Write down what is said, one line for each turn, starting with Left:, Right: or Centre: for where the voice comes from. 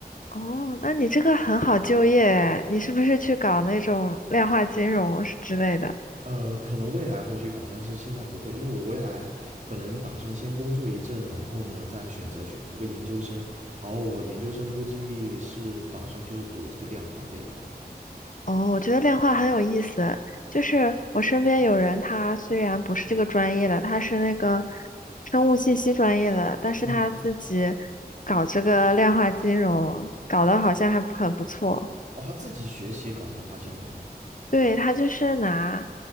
Left: 哦，那你这个很好就业诶，你是不是去搞那种量化金融是之类的？
Right: 呃，可能未来会去搞，但是现在不会，因为我未来可能打算先工作一阵，然后呢，再选择去读个研究生，然后我研究生估计是打算就是读这个量化这一块的。
Left: 哦，我觉得量化很有意思，就是我身边有人，他虽然不是这个专业的，他是那个生物信息专业的，但是他自己搞这个量化金融，
Right: 嗯，
Left: 搞得好像还很不错。
Right: 哦，他自己学习搞量化金融嘛？
Left: 对，他就是拿，